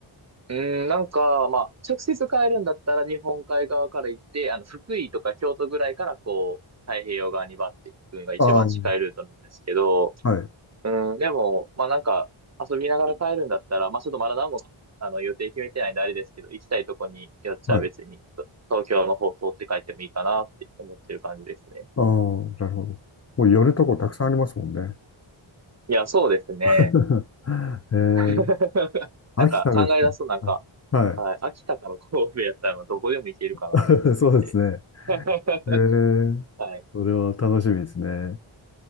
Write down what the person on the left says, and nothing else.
ああー、はい。
はい。ああ、
なるほど。もう寄るとこたくさんありますもんね。
<laughs> えー、
秋田ですか
は
い。<laughs> そうですね。
えー、
それは楽しみですね。